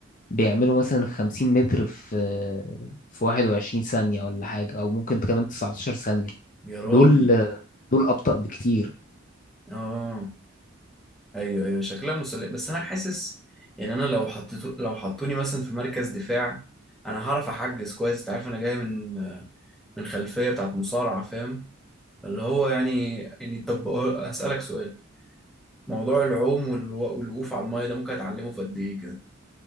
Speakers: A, on the left; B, in the centre.
A: بيعملوا مثلا 50 متر في في 21 ثانية ولا حاجة أو ممكن كمان 19 ثانية
B: يا راجل
A: دول دول أبطأ بكتير
B: اه ايوه ايوه شكلها مسلية بس انا حاسس يعني انا لو حطيتو لو حطوني مثلا في مركز دفاع انا هعرف احجز كويس انت عارف انا جاي من من خلفية بتاعت مصارعة فاهم اللي هو يعني يعني طب أه، اسالك سؤال موضوع العوم والو- والوقوف على المايه ده ممكن اتعلمه في قد ايه كده